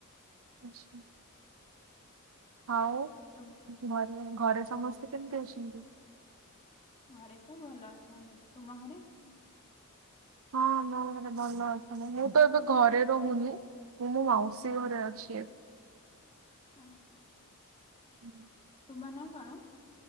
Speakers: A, on the right; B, on the left.
A: ଆଛା। ଆଉ
B: ତମ୍
A: ଘରେ ଘରେ ସମସ୍ତେ କେମିତି ଅଛନ୍ତି?
B: ଘରେ ସବୁ ଭଲ ଅଛନ୍ତି, ତୁମ ଘରେ?
A: ହଁ ମୋ ଘରେ ଭଲ ଅଛନ୍ତି। ତ ଏବେ ଘରେ ରହୁନି, ମୁଁ ମୋ ମାଉସୀ ଘରେ ଅଛି ଏବେ।
B: <unintelligible>
A: <inaudible>
B: ତୁମ ନାଁ କଣ?